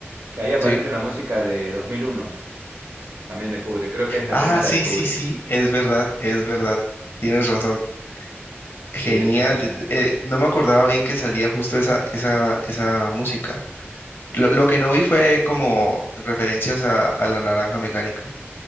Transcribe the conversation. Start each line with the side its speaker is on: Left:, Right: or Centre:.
Right: que ahí aparece
Left: Sí.
Right: la música de 2001, también de Kubrick. Creo que es la
Left: Ah,
Right: primera
Left: sí,
Right: de Kubrick.
Left: sí, sí, es verdad, es verdad. Tienes razón. Genial,
Right: Sí, esa es genial.
Left: eh, no me acordaba bien que salía justo esa, esa, esa música. Lo, lo que no vi fue como referencias a, a la naranja mecánica.